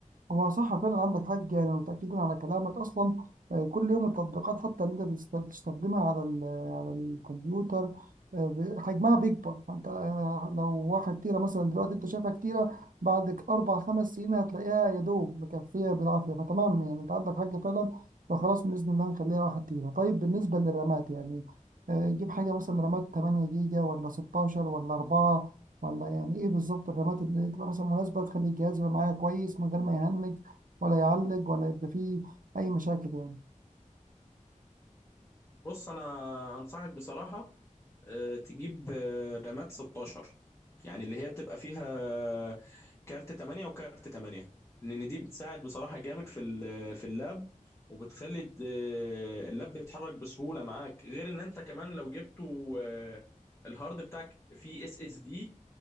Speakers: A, on the right; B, on the left.
A: هو صح فعلا عندك حق يعني متأكدين على كلامك أصلا آه، كل يوم التطبيقات حتى اللي أنت بتست- بتستخدمها على ال- على الكمبيوتر آه، ب- حجمها بيكبر فأنت آه، لو واحد تيرة مثلا دلوقتي أنت شايفها كتيرة بعد ك- أربع خمس سنين هتلاقيها يا دوب مكفية بالعافية فتمام يعني أنت عندك حق فعلا فخلاص بإذن الله نخليها واحد تيرة طيب بالنسبة للرامات يعني آه، جيب حاجة مثلا رامات 8 جيجا ولا 16 ولا 4 ولا يعني ايه بالظبط الرمات اللي تبقى مثلا مناسبة تخلي الجهاز يبقى معايا كويس من غير ما يهنج ولا يعلق ولا يبقى فيه أي مشاكل يعني
B: بص انا انصحك بصراحه آه، تجيب آه، رامات 16 يعني اللي هي بتبقى فيها آه، كارت 8 وكارت 8 لان دي بتساعد بصراحة جامد في ال- آه، في اللاب وبتخلي د- آه، اللاب بيتحرك بسهولة معاك غير ان انت كمان لو جبته آه، الهارد بتاعك فيه اس اس دي